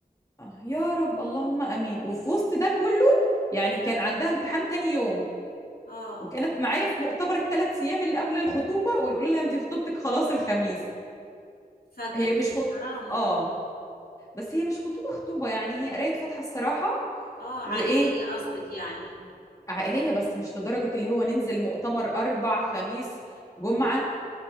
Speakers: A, on the left; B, on the left.
A: آه، يا رب اللهم امين وفي وسط ده كله يعني كان عندها امتحان تاني يوم
B: اه
A: وكانت معايا في مؤتمر الثلاث ايام اللي قبل الخطوبه ويقولوا لها انت خطوبتك خلاص الخميس
B: فجأة
A: هي
B: كده
A: مش خط...
B: حرام والله
A: اه بس هي مش خطوبه خطوبه يعني هي قرايه فاتحه الصراحه
B: اه
A: وايه
B: عائلية قصدك يعني
A: عائلية بس مش لدرجة اللي هو ننزل مؤتمر أربع خميس جمعة